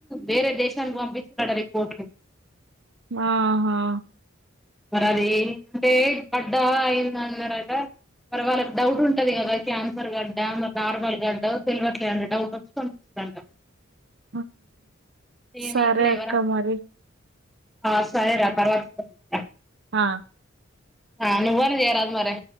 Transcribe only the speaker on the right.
మాహా
<inaudible>
సరే
అక్క మరి.
అ